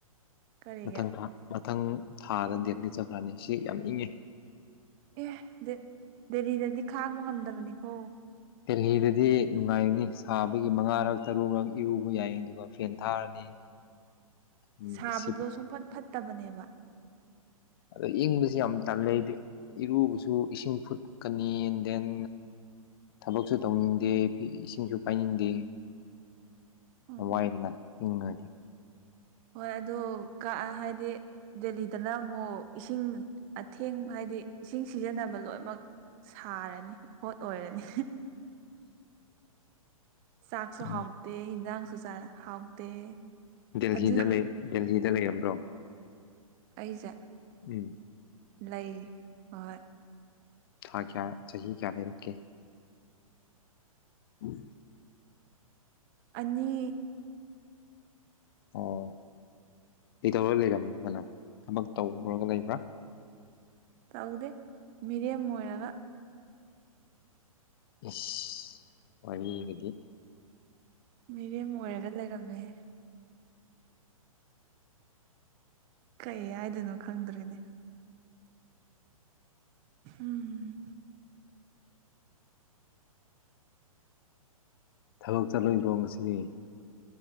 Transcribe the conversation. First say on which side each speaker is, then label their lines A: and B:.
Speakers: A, on the right; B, on the left.
A: ꯀꯔꯤꯒꯤ
B: ꯃꯊꯪ ꯊꯥ ꯃꯊꯪ ꯊꯥꯗ ꯗꯦꯠꯅꯤ ꯆꯠꯈ꯭ꯔꯅꯤ ꯁꯤ ꯌꯥꯝ ꯏꯪꯉꯤ
A: ꯑꯦ ꯗꯦꯜꯂꯤꯗꯗꯤ ꯈꯥꯡꯕ ꯉꯝꯗꯕꯅꯤꯀꯣ
B: ꯗꯦꯍꯤꯗꯗꯤ ꯅꯨꯡꯉꯥꯏꯔꯅꯤ ꯁꯥꯕꯒꯤ ꯃꯉꯥꯔꯛ ꯇꯔꯨꯔꯛ ꯏꯔꯨꯕ ꯌꯥꯏ ꯑꯗꯨꯒ ꯐꯦꯟ ꯊꯥꯔꯅꯤ ꯎꯝ
A: ꯁꯥꯕꯗꯣ
B: ꯑꯦꯁꯤ
A: ꯁꯨꯡꯐꯠ ꯐꯠꯇꯕꯅꯦꯕ
B: ꯑꯗꯣ ꯏꯪꯕꯁꯨ ꯌꯥꯝ ꯇꯜ ꯂꯩꯗꯤ ꯏꯔꯨꯕꯁꯨ ꯏꯁꯤꯡ ꯐꯨꯠꯀꯅꯤ ꯑꯦꯟ ꯗꯦꯟ ꯊꯕꯛꯁꯨ ꯇꯧꯅꯤꯡꯗꯦ ꯏꯁꯤꯡꯁꯨ ꯄꯥꯏꯅꯤꯡꯗꯦ
A: ꯎꯝ
B: ꯑꯥꯏꯅ ꯍꯉꯗꯤ
A: ꯍꯣꯏ ꯑꯗꯨ ꯀꯛ ꯍꯥꯏꯗꯤ ꯗꯦꯜꯂꯤꯗꯅ ꯑꯃꯨꯛ ꯏꯁꯤꯡ ꯑꯊꯦꯡ ꯍꯥꯏꯗꯤ ꯏꯁꯤꯡ ꯁꯤꯖꯤꯟꯅꯕ ꯂꯣꯏꯅꯃꯛ ꯁꯥꯔꯅꯤ ꯍꯣꯠ ꯑꯣꯏꯔꯅꯤ ꯆꯥꯛꯁꯨ
B: ꯎꯝ
A: ꯍꯥꯎꯇꯦ ꯌꯦꯟꯁꯥꯡꯁꯨ ꯍꯥꯎꯇꯦ
B: ꯗꯦꯜꯗ
A: ꯑꯗꯨ
B: ꯂꯩ ꯗꯦꯜꯍꯤꯗ ꯂꯩꯔꯝꯕ꯭ꯔꯣ
A: ꯑꯩꯖ
B: ꯎꯝ <unintelligible> <inaudible>
A: ꯂꯩ ꯍꯣꯏ
B: ꯊꯥ ꯀꯌꯥ ꯆꯍꯤꯍꯤ ꯀꯌꯥ ꯂꯩ ꯔꯛꯦ ꯎꯝ
A: ꯑꯅꯤ
B: ꯑꯣ ꯀꯩꯗꯧꯔ ꯂꯩꯔꯝꯕꯅꯣ ꯊꯕꯛ ꯇꯧꯔꯒ ꯂꯩꯕ꯭ꯔꯥ
A: ꯇꯎꯗꯦ ꯃꯤꯔꯤꯦꯝ ꯃ ꯑꯣꯏꯔꯒ
B: ꯑꯁ ꯋꯥꯒꯗꯤ
A: ꯃꯤꯔꯦꯝ ꯑꯣꯏꯔꯒ ꯂꯩꯔꯝꯃꯦ ꯀꯩ ꯍꯥꯏꯗꯣꯏꯅꯣ ꯈꯪꯗ꯭ꯔꯦꯅꯦ ꯎꯝ
B: ꯊꯕꯛ ꯆꯠꯂꯣꯏꯏꯔꯣꯡ ꯑꯁꯤꯗꯤ